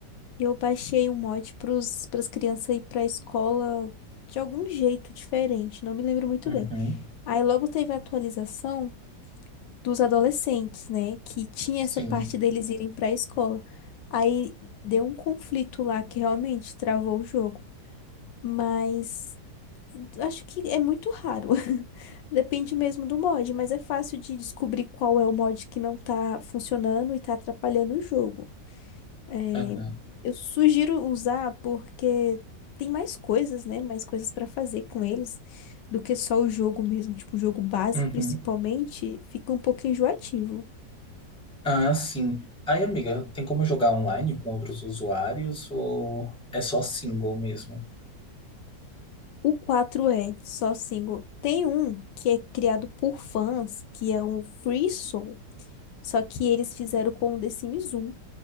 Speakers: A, on the left; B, in the centre.
A: e eu baixei um mod pros, pras crianças ir pra escola de algum jeito diferente, não me lembro muito
B: Uhum.
A: bem. Aí logo teve a atualização dos adolescentes, né? Que tinha
B: Sim.
A: essa parte deles irem pra escola. Aí deu um conflito lá que realmente travou o jogo. Mas. Acho que é muito raro. <laughs> Depende mesmo do mod, mas é fácil de descobrir qual é o mod que não tá funcionando e tá atrapalhando o jogo. É,
B: Aham.
A: eu sugiro usar porque tem mais coisas, né? Mais coisas pra fazer com eles do que só o jogo mesmo. Tipo, o jogo base,
B: Uhum.
A: principalmente, fica um pouco enjoativo.
B: Ah, sim. Aí, amiga, tem como jogar online com outros usuários ou é só single mesmo?
A: O quatro é só single. Tem um que é criado por fãs, que é o Free Soul. Só que eles fizeram com o The Sims 1.